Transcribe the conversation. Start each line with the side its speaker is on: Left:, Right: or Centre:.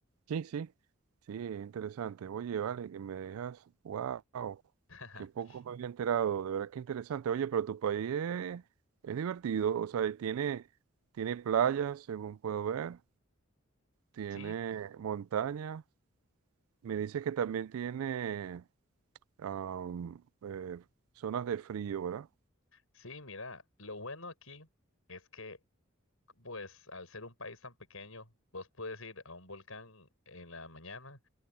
Right: sí, sí, sí, es interesante. Oye, vale, que me dejas, wow,
Left: <laughs>
Right: qué poco me había enterado, de verdad que interesante. Oye, pero tu país es, es divertido, o sea, y tiene, tiene playas, según puedo ver, tiene
Left: Sí,
Right: montaña. Me dices que también tiene am, eh, zonas de frío, ¿verdad?
Left: sí, mira, lo bueno aquí es que, pues, al ser un país tan pequeño, vos puedes ir a un volcán en la mañana